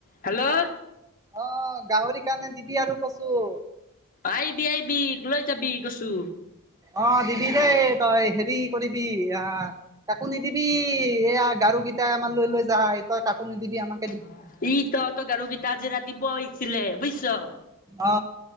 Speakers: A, on the left; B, on the right.
A: হেল্ল'
B: অ গাহৰি কাৰণে দিবি আৰু কচু
A: আইবি আইবি লৈ যাবি কচু্।
B: অ দিবি দেই তই হেৰি কৰিবি আহ কাকো নিদিবি এইয়া গাৰু কেইটাই আমাৰ লৈ লৈ যায় তই কাকো নিদিবি আমাক
A: ই তহঁত গাৰুকেইটা আজি ৰাতিপুৱা আহিছিলে বুইছ
B: অ